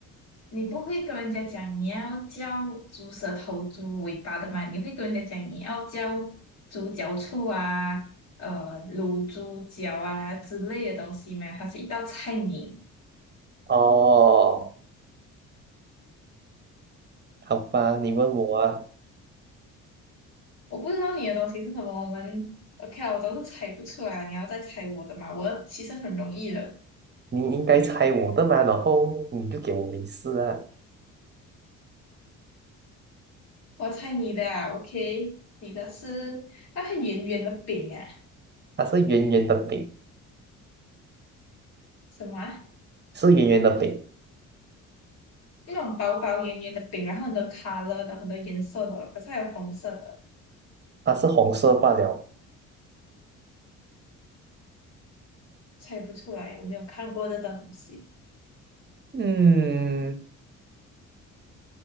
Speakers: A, on the left (about 55°); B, on the right (about 35°).
A: 你不会跟人家讲你要叫猪舌头、猪尾巴的嘛，你会跟人家讲你要叫猪脚醋啊、呃卤猪脚啊之类的东西嘛，它是一道菜名。
B: 哦，好吧，你问我啊，
A: 我不知道你的东西是什么，我们 OK 啊，我都是猜不出来啊，你要再猜我的嘛，我的其实很容易的，
B: 你应该猜我的嘛，然后你就给我明示啊。
A: 我猜你的啊，OK，你的是那个圆圆的饼啊，
B: 它是圆圆的饼，
A: 什么啊？
B: 是圆圆的饼，
A: 那种薄薄圆圆的饼，然后很多 color 的，很多颜色的，可是还有红色的，
B: 它是红色罢了。
A: 猜不出来，我没有看过这种东西。
B: 嗯，